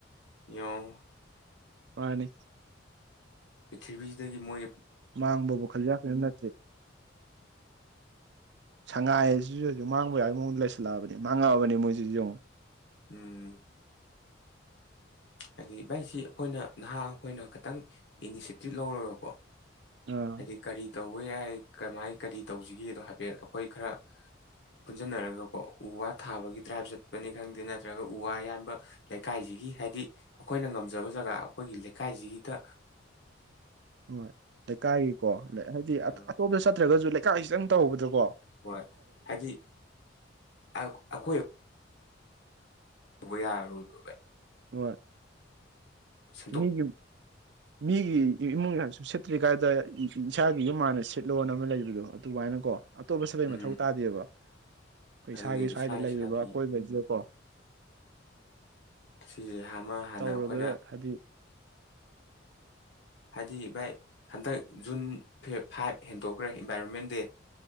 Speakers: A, on the left (about 65°); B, on the right (about 60°).
A: ꯌꯦꯡꯎ
B: ꯃꯥꯅꯤ
A: ꯄ꯭ꯔꯤꯊꯤꯕꯤꯁꯤꯗꯒꯤ ꯃꯣꯏ
B: ꯃꯥꯡꯕꯕꯨ ꯈꯜꯖꯤ ꯈꯌꯥ ꯅꯠꯇꯦ ꯁꯉꯥꯏꯁꯤꯁꯨ ꯃꯥꯡꯕ ꯌꯥꯕꯒꯤ ꯃꯑꯣꯡꯗ ꯂꯩꯁꯜꯂꯛꯑꯕꯅꯤ ꯃꯥꯡꯉꯛꯑꯕꯅꯤ ꯃꯣꯏꯁꯤꯁꯨ ꯌꯦꯡꯉꯣ
A: ꯎꯝ ꯍꯥꯏꯗꯤ ꯚꯥꯏꯁꯤ ꯑꯩꯈꯣꯏꯅ ꯅꯍꯥ ꯑꯩꯈꯣꯏꯅ ꯈꯤꯇꯪ ꯏꯅꯤꯁꯤꯑꯦꯇꯤꯞ ꯂꯧꯔꯒꯀꯣ
B: ꯑꯥ
A: ꯍꯥꯏꯗꯤ ꯀꯔꯤ ꯇꯧꯕ ꯌꯥꯏ ꯀꯃꯥꯏ ꯀꯔꯤ ꯇꯧꯁꯤꯒꯦꯗꯣ ꯍꯥꯏꯐꯦꯠ ꯑꯩꯈꯣꯏ ꯈꯔ ꯄꯨꯟꯁꯤꯟꯅꯔꯒꯀꯣ ꯎ ꯋꯥ ꯊꯥꯕꯒꯤ ꯗ꯭ꯔꯥꯏ ꯆꯠꯄꯅꯤ ꯈꯪꯗꯦ ꯅꯠꯇ꯭ꯔꯒ ꯎ ꯋꯥ ꯌꯥꯝꯕ ꯂꯩꯀꯥꯏꯖꯤꯒꯤ ꯍꯥꯏꯗꯤ ꯑꯩꯈꯣꯏꯅ ꯉꯝꯖꯕ ꯖꯒꯥ ꯑꯩꯈꯣꯏꯒꯤ ꯂꯩꯀꯥꯏꯖꯤꯒꯤꯗ
B: ꯍꯣꯏ ꯂꯩꯀꯥꯏꯒꯤꯀꯣ ꯍꯥꯏꯗꯤ
A: ꯎꯝ
B: ꯑꯇꯣꯞꯄꯗ ꯆꯠꯇ꯭ꯔꯒꯁꯨ ꯂꯩ ꯀꯥꯏꯈꯤꯁꯤꯇꯪ ꯇꯧꯕꯗ ꯀꯣ
A: ꯍꯣꯏ ꯍꯥꯏꯗꯤ ꯑ ꯑꯩꯈꯣꯏ ꯊꯧꯕ ꯌꯥꯔꯣꯢꯕ ꯕꯥꯥꯏ
B: ꯍꯣꯢ
A: ꯁꯦꯝꯗꯣꯛꯄꯀꯣ
B: ꯁꯤ ꯃꯤꯒꯤ ꯌꯨꯝ ꯃꯤꯒꯤ ꯏꯃꯨꯡꯒꯤ ꯍꯟ ꯁꯤꯠꯇ꯭ꯔꯤ ꯀꯥꯏꯗ ꯏꯁꯥꯒꯤ ꯌꯨꯝ ꯍꯥꯟꯅ ꯁꯤꯠꯂꯣꯅ ꯑꯃ ꯂꯩꯕꯗꯣ ꯑꯗꯨꯃꯥꯏꯅꯀꯣ ꯑꯇꯣꯞꯄ ꯁꯥꯕꯩ ꯃꯊꯧ
A: ꯎꯝ
B: ꯇꯥꯗꯦꯕ ꯑꯩꯈꯣꯏ
A: ꯑꯗꯨꯅꯤ
B: ꯏꯁꯥꯒꯤ
A: ꯏꯁꯥ
B: ꯁ꯭ꯋꯥꯏꯗ ꯂꯩꯔꯤꯕ
A: ꯏꯁꯥꯒꯤ
B: ꯑꯀꯣꯏꯕꯁꯤꯗꯀꯣ
A: ꯁꯤꯁꯦ ꯍꯃ ꯍꯥꯟꯅ
B: ꯇꯧꯔꯒ
A: ꯑꯩꯈꯣꯏꯅ
B: <inaudible>
A: ꯍꯥꯏꯗꯤ ꯚꯥꯏ ꯍꯟꯗꯛ ꯖꯨꯟ ꯐꯦ ꯐꯥꯏꯚ ꯍꯦꯟꯗꯣꯛꯈ꯭ꯔꯦ ꯏꯟꯚꯥꯏꯔꯣꯟꯃꯦꯟ ꯗꯦ